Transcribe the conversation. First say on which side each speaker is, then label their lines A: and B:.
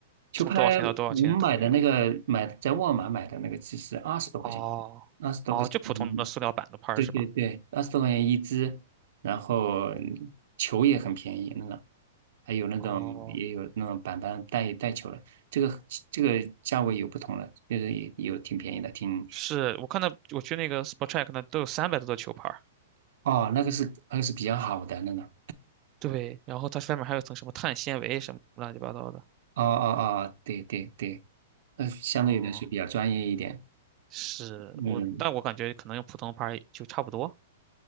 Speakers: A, on the right; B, on the right.
A: 球拍我们买的那个买在沃尔玛买的那个，
B: 从多少钱到多少钱都有。
A: 其实二十多块钱，
B: 哦，
A: 二十多块钱。
B: 哦，就普通的塑料板的拍儿是吧？
A: 嗯对对对，二十多块钱一支，然后球也很便宜，那个还有那种也有那种板板带带球的，
B: 哦，
A: 这个这个价位有不同了，就是也有挺便宜的，挺
B: 是我看到我去那个 s p o r t t r e c k 那都有三百多的球拍儿
A: 哦，那个是那个是比较好的那个，
B: 对，然后它外面还有一层什么碳纤维什么乱七八糟的。
A: 哦哦哦，对对对，呃，相对来说比较专业一点，
B: 哦。是我，
A: 嗯。
B: 但我感觉可能用普通牌儿就差不多